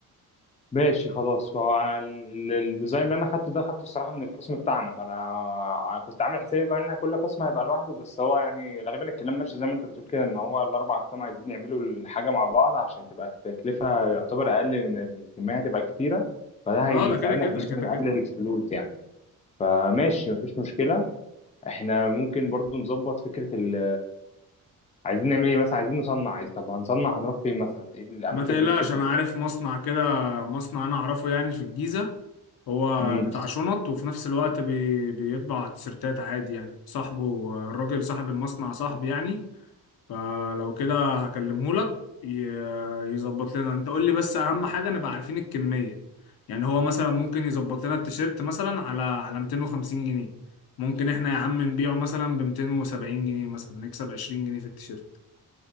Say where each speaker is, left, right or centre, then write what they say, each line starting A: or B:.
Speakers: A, on the left; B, on the left.
A: ماشي خلاص هو ال- الديزاين اللي انا خدته ده خدته الصراحه من القسم بتاعنا فانا كنت عامل حسابي بقى ان كل قسم هيبقى لوحده بس هو يعني غالبا الكلام ماشي زي ما انت بتقول كده ان هو الاربع اقسام عايزين يعملوا الحاجه مع بعض عشان تبقى التكلفه يعتبر اقل ان الكميه هتبقى كتيره فده هيساعدنا
B: اه ده كده كده
A: في ان احنا
B: كده
A: نقلل
B: كده
A: الفلوس يعني فماشي مفيش مشكله احنا ممكن برضو نظبط فكره ال عايزين نعمل ايه مثلا عايزين نصنع عايز طب هنصنع هنروح فين مثلا ايه الاماكن
B: ما تقلقش
A: اللي ممكن
B: انا عارف مصنع كده مصنع انا اعرفه يعني في الجيزة هو
A: تبقى
B: بتاع شنط وفي نفس الوقت بي... بيطبع تيشيرتات عادي يعني صاحبه الراجل صاحب المصنع صاحبي يعني فلو كده هكلمه لك ي... يظبط لنا انت قول لي بس اهم حاجة نبقى عارفين الكمية يعني هو مثلا ممكن يظبط لنا التيشيرت مثلا على على 250 جنيه ممكن احنا يا عم نبيعه مثلا ب 270 جنيه مثلا نكسب 20 جنيه في التيشيرت